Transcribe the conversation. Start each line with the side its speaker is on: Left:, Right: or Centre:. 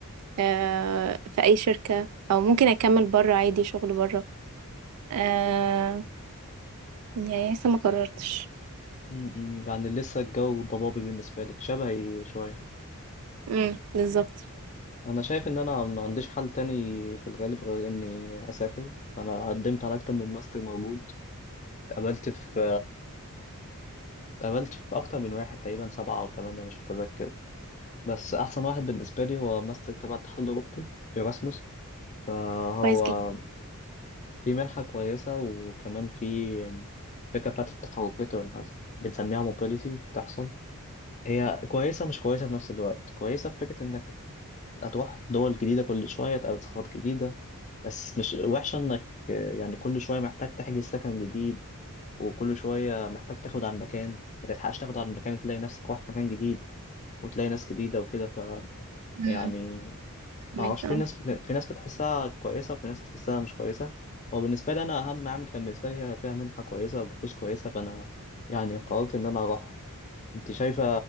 Right: آه، في أي شركة أو ممكن أكمل برا عادي شغل برا آه، يعني لسه ما قررتش
Left: م- م، يعني لسه الجو ضبابي بالنسبة لك شبهي شوية
Right: مم، بالظبط
Left: أنا شايف إن أنا ما عنديش حل تاني في الغالب غير إني أسافر أنا قدمت على أكتر من ماستر موجود اتقبلت في اتقبلت في أكتر من واحد تقريبا سبعة أو تمانية مش متذكر بس احسن واحد بالنسبه لي هو ماستر تبع الاتحاد الاوروبي ايراسموس فهو
Right: كويس جدا
Left: في منحه كويسه وكمان في فكره بتاعت التحركات والانعزال بنسميها موبيليتي بتحصل هي كويسه مش كويسه في نفس الوقت كويسه في فكره انك هت- هتروح دول جديده كل شويه تقابل ثقافات جديده بس مش وحشه انك آه، يعني كل شويه محتاج تحجز سكن جديد وكل شويه محتاج تاخد عن مكان ما تلحقش تاخد عن مكان تلاقي نفسك رحت مكان جديد وتلاقي ناس جديده وكده ف
Right: مم،
Left: يعني
Right: فهمك،
Left: ما اعرفش في
Right: آه.
Left: ناس في ناس بتحسها كويسه وفي ناس بتحسها مش كويسه هو بالنسبه لي انا اهم عامل كان بالنسبه لي هي فيها منحه كويسه وبفلوس كويسه فانا يعني قررت ان انا اروح انت شايفه